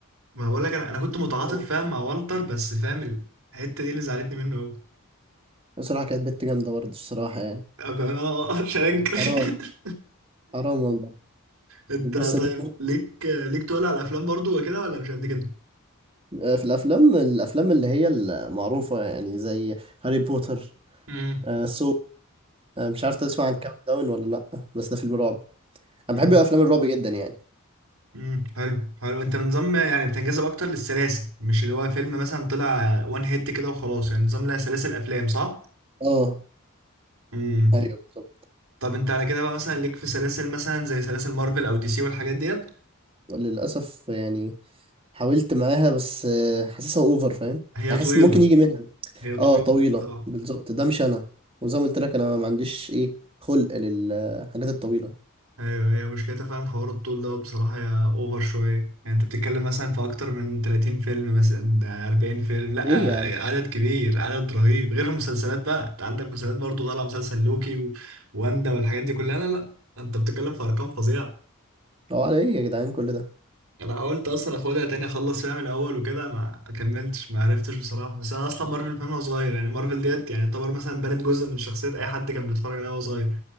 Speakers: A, on the right (about 80°); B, on the right (about 25°).
A: ما بقول لك انا انا كنت متعاطف
B: مم.
A: فاهم مع والتر بس فاهم الحتة دي اللي زعلتني منه قوي
B: بصراحه كانت بنت جامده برضه الصراحه يعني
A: بأمانة <laughs> مش هنكر <laughs>
B: حرام حرام والله
A: انت
B: الجثه
A: طيب
B: دي تموت
A: ليك ليك تقول على الافلام برضو وكده ولا مش قد كده
B: آه، في الافلام الافلام اللي هي المعروفه يعني زي هاري بوتر
A: امم
B: آه، سو أنا مش عارف تسمع عن كاونت داون ولا لأ بس ده فيلم رعب أنا
A: حلو
B: بحب أفلام الرعب جدا يعني
A: امم حلو حلو انت نظام يعني بتنجذب اكتر للسلاسل مش اللي هو فيلم مثلا طلع وان هيت كده وخلاص يعني نظام لها سلاسل افلام صح
B: اه
A: امم
B: أيوه بالظبط
A: طب انت على كده بقى مثلا ليك في سلاسل مثلا زي سلاسل مارفل او دي سي والحاجات ديت
B: للأسف يعني حاولت معاها بس آه، حاسسها أوفر فاهم
A: هي
B: أنا
A: طويلة
B: حاسس إن ممكن يجي منها
A: هي طويلة
B: اه طويلة
A: بصراحة
B: بالظبط ده مش أنا وزي ما قلت لك أنا ما عنديش إيه خلق للحاجات الطويلة
A: ايوه هي مشكلتها فعلا حوار الطول ده بصراحه يا اوفر شويه يعني انت بتتكلم مثلا في اكتر من 30 فيلم مثلا ده 40 فيلم لا
B: إيه يا عم
A: عدد كبير عدد رهيب غير المسلسلات بقى انت عندك مسلسلات برضو طالع مسلسل لوكي و... واندا والحاجات دي كلها لا لا انت بتتكلم في ارقام فظيعه
B: هو على إيه يا جدعان كل ده
A: انا حاولت اصلا اخدها تاني اخلص فيها من الاول وكده ما كملتش ما عرفتش بصراحه بس انا اصلا مارفل فان وانا صغير يعني مارفل ديت يعني يعتبر مثلا بنت جزء من شخصيه اي حد كان بيتفرج عليها وهو صغير